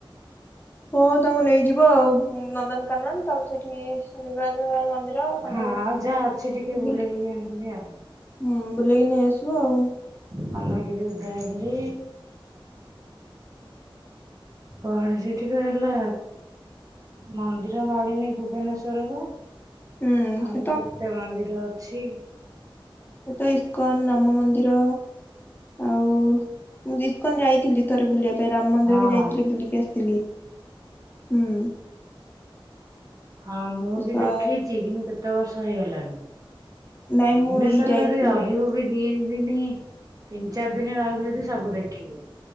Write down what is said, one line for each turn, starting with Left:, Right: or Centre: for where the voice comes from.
Left: ହଁ ତାଙ୍କୁ ନେଇଯିବ ଆଉ ନନ୍ଦନକାନନ ତାପରେ ସେଠି ଶିବରାଜ ମ ମନ୍ଦିର ଖଣ୍ଡଗିରି
Right: ହଁ ଆଉ ଯାହା ଅଛି ଟିକେ
Left: ବୁଲି
Right: ବୁଲେଇ କି ଆଣିବି ଆଉ।
Left: ହୁଁ ବୁଲେଇକି ନେଇ ଆସିବ ଆଉ।
Right: ଖଣ୍ଡଗିରି ଉଦୟଗିରି କଣ ସେଠିକ ହେଲା ମନ୍ଦିର ମାଳିନି ଭୁବନେଶ୍ଵର ବା
Left: ହୁଁ
Right: ଆହୁର
Left: ସେ
Right: କେତେ ମନ୍ଦିର ଅଛି।
Left: ଏଇତ ଇସ୍କନ ରାମ ମନ୍ଦିର। ଆଉ ଇସ୍କନ ଯାଇଥିଲି। ରେ ବୁଲିବା ରାମ ମନ୍ଦିର
Right: ହଁ।
Left: ବି ଯାଇଥିଲି ବୁଲିକି ଆସିଥିଲି। ହୁଁ
Right: ହଁ ମୁଁ ବି
Left: ସା
Right: ଦେଖିଛି କିନ୍ତୁ କେତେ? କେତେ ବର୍ଷ ହେଇଗଲାଣି?
Left: ନାଇଁ
Right: ଭୁବନେଶ୍ଵରରେ
Left: ମୁଁ ଏଇ ଯାଇଥିଲି
Right: ଯଦି ରହିବୁ
Left: ଗୋଟେ
Right: ବି ଦି ଦିନ ତିନି ଚାରି ଦିନ ରହିବି ଯଦି ସବୁ ଦେଖିବୁ।